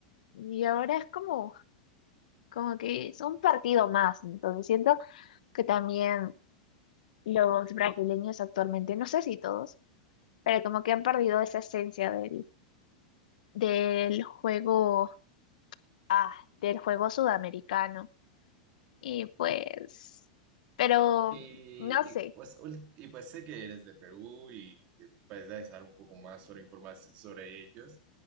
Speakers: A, on the left (about 80°); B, on the right (about 35°).
A: Y ahora es como, como que es un partido más. Entonces siento que también los brasileños actualmente, no sé si todos, pero como que han perdido esa esencia del, del juego, ah, del juego sudamericano. Y pues, pero
B: Y,
A: no sé.
B: y, pues, ul- y pues sé que eres de Perú y que puedes dar un poco más sobre información sobre ellos.